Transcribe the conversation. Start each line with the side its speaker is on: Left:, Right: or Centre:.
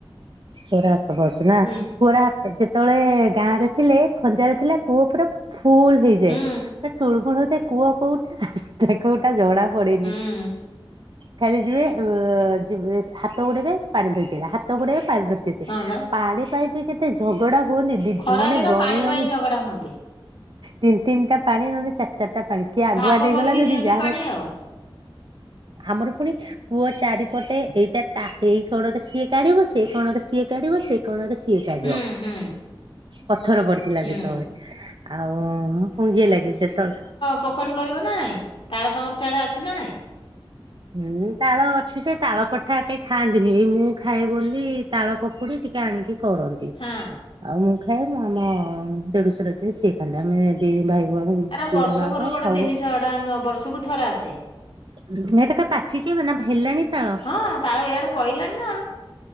Right: କୂଅରେ ହାତ ପାଉଛି ନା
Left: ହୁଁ।
Right: କୂଅରେ ହାତ ଜେ ଜେତଳେ ଗାଁରେ ଥିଲେ ଖଞ୍ଜାରେ ଥିଲା କୂଅ ପୁରା ଫୁଲ ହେଇଯାଏ
Left: ହୁଁ
Right: ପୁରା ଟୁଳୁ ମୂଳ ହଉଥାଏ କୁଅ କଉଟା ରାସ୍ତା କଉଟା ଜଣା ପ଼ଡେନି।
Left: ହୁଁ
Right: ଖାଲି ଯିବେ ଯିବ ହାତ ବୁଡେଇବେ ପାଣି ଧୋଇଥିଲା ହାତ ବୁଡେଇବେ ପାଣି ଧୋଇଥିଲା। ପାଣି
Left: ହଁ ବା
Right: ପାଇପି କେତେ ଝଗଡା ହୁଅନ୍ତି, ଦି
Left: ଖରା
Right: ମାନେ
Left: ଦିନ
Right: ଗଣି
Left: ପାଣି
Right: ଗଣି
Left: ପାଇଁ ଝଗଡା ହୁଅନ୍ତି।
Right: ତିନି ତିନିଟା ପାଣି ନହେଲେ ଚାରି ଚାରିଟା ପାଣି କିଏ ଆଗୁଆ
Left: ଭାଗ
Right: ଦେଇଗଲା
Left: କରିକି
Right: ଯଦି
Left: ନିଅନ୍ତି
Right: ଯାହାର
Left: ପାଣି ଆଉ।
Right: ଆମର ପୁଣି କୂଅ ଚାରିପଟେ ଏଇଟା ତା ଏଇ କୋଣରେ ସିଏ କାଢିବ ଏଇ କଣରେ ସିଏ କାଢିବ ସେ କଣରେ ସିଏ କାଢିବ।
Left: ହୁଁ ହୁଁ
Right: ପଥର ପଡିଥିଲା
Left: ହୁଁ
Right: ଯେତେବେଳେ ଆଉ ମୁଁ ପୁଞ୍ଜିଏ ଲାଗେ ଯେତେବେଳେ।
Left: ପକୋଡ଼ି କରିବ ନା ନାଇଁ ତାଳତମର ସେଆଡ଼େ ଅଛି ନା ନାହିଁ।
Right: ହୁଁ ତାଳ ଅଛି ସେ ତାଳ ପଠା କେହି ଖାଆନ୍ତିନି ଏଇ ମୁଁ ଖାଏ ବୋଲି। ତାଳ ପକୁ ଡ଼ି ଟିକେ ଆଣିକି କରନ୍ତି।
Left: ହଁ
Right: ଆଉ ମୁଁ ଖାଏ ମୁଁ ଆମ ଦେଢୁସର ଯିଏ ସିଏ ଖାେ ଆମେ ଦି ଭାଇ ଭଉଣୀ
Left: ଆରେ ବର୍ଷକରୁ
Right: ଦି ଜଣା ଙ୍କ
Left: ଗୋଟେ
Right: ଖାଉ।
Left: ଜିନିଷ ଏଟା ନୂଆ ବର୍ଷକୁ ଥରେ ଆସେ।
Right: <unintelligible> ତା କ ପାଚିଛି ନା ହେଲାଣି ତାଳ।
Left: ହଁ ତାଳେ ଏଇଆଡେ ପଇଲାନି ନା।